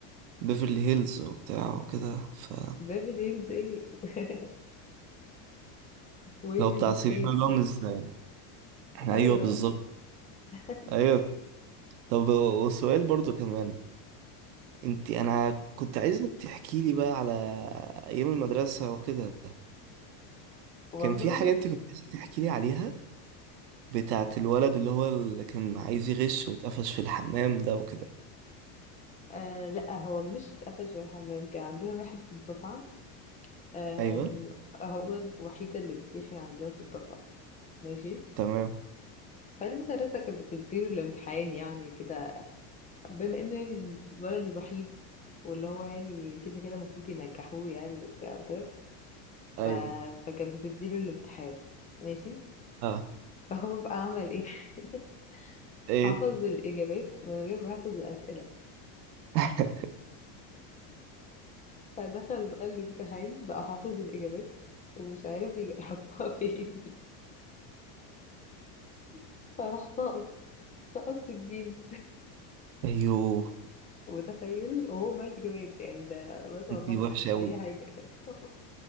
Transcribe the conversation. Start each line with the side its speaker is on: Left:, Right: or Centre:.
Right: بيفرلي هيلز وبتاع وكده ف
Left: بيبي هيلز ايه <laughs> ويفرلي
Right: لو بتاع سيلينا
Left: بليس
Right: جوميز يعني ايوه
Left: ايوه
Right: بالظبط
Left: <laughs>
Right: ايوه طب وسؤال برضو كمان انت انا كنت عايزك تحكي لي بقى على ايام المدرسه وكده
Left: والله
Right: كان في حاجه انت كنت عايزك تحكي لي عليها بتاعت الولد اللي هو اللي كان عايز يغش واتقفش في الحمام ده وكده
Left: آه لا هو مش اتقفش ولا حمام كان عندنا واحد في الدفعة آه
Right: ايوه
Left: هو الوحيدة اللي بيصيح عندنا في الدفعة ماشي
Right: تمام
Left: فالمدرسة كانت بتديله الامتحان يعني كده بما انه يعني الولد الوحيد واللي هو يعني كده كده المفروض ينجحوه يعني وبتاع وكده
Right: ايوه
Left: ف... فكانت بتديله الامتحان ماشي
Right: اه
Left: <laughs> فهو بقى عمل ايه <laughs>
Right: ايه
Left: حفظ الإجابات من غير ما يحفظ الأسئلة
Right: <laughs>
Left: فدخل بقى الامتحان بقى حافظ الإجابات ومش عارف يج- يحطها فين <laughs> فراح ساقط سقط في الدين
Right: ايوه
Left: متخيل وهو ما الإجابات يعني ده ما شاء الله
Right: دي
Left: ما
Right: وحشه
Left: يعرفش
Right: قوي
Left: أي حاجة <laughs>